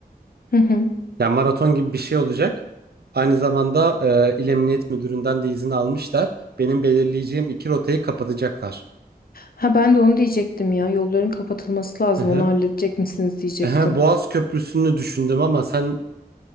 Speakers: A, on the left; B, on the right.
A: Hı hı.
B: Yani maraton gibi bir şey olacak. Aynı zamanda e, İl Emniyet Müdürü'nden de izin almışlar. Benim belirleyeceğim iki rotayı kapatacaklar.
A: Ha ben de onu diyecektim ya. Yolların kapatılması lazım.
B: Hı hı.
A: Onu halledecek misiniz diyecektim.
B: Ehe, Boğaz Köprüsü'nü düşündüm ama sen